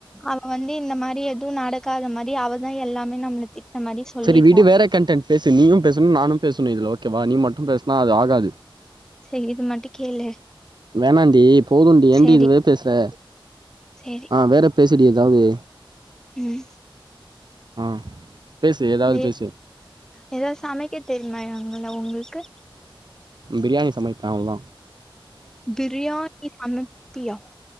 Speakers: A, in the centre; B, on the right.
A: அவ் வ வந்து இந்த மாரி எதுவு நடகாத மாரி அவதா எல்லாமே நம்மள திட்ன மாரி சொல்லிட்டா
B: சரி விடு வேற கண்டென்ட் பேசு நீயு பேசணு நானு பேசணு இதில ஓகேவா நீ மட்டு பேசினா அது ஆகாது
A: செரி இது மட்டு கேளு
B: வேணாண்டி போது டி ஏன்டி
A: சேரி
B: இதுவே பேசற
A: சேரி
B: ஆ வேற பேசிடி ஏதாவது
A: ம்
B: ஆ பேசு ஏதாவது
A: ஏ
B: பேசு
A: ஏதாவது சமைக்க தெரியுமா எங்கல உங்ளுக்கு.
B: பிரியாணி சமைப்பே அவ்ள்தா
A: பிரியாணி சமைப்பியா